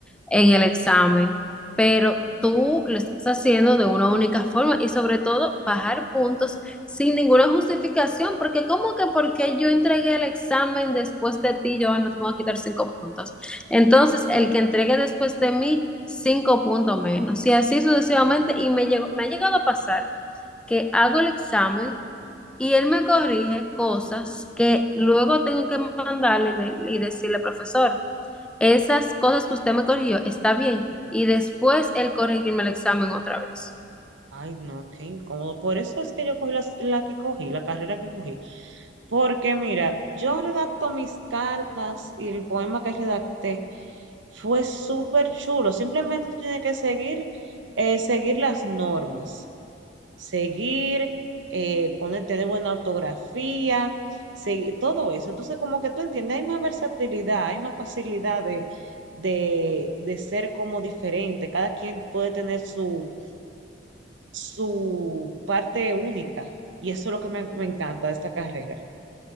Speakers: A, in the centre; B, on the right.
A: en el examen, pero tú lo estás haciendo de una única forma y sobre todo bajar puntos sin ninguna justificación, porque ¿cómo que porque yo entregué el examen después de ti, yo no te voy a quitar cinco puntos? Entonces, el que entregue después de mí, cinco puntos menos, y así sucesivamente, y me llegó- me ha llegado a pasar que hago el examen. Y él me corrige cosas que luego tengo que mandarle y de- y decirle, profesor, esas cosas que usted me corrigió, está bien. Y después él corregirme el examen otra vez.
B: Ay, no, qué incómodo. Por eso es que yo cogí las- la, que cogí, la carrera que cogí. Porque mira, yo redacto mis cartas y el poema que redacté fue súper chulo. Simplemente tú tienes que seguir, eh, seguir las normas. seguir, eh, poner, tener buena ortografía, segui- todo eso. Entonces, como que tú entiendes, hay más versatilidad, hay más facilidad de, de, de ser como diferente. Cada quien puede tener su, su parte única. Y eso es lo que me, me encanta de esta carrera.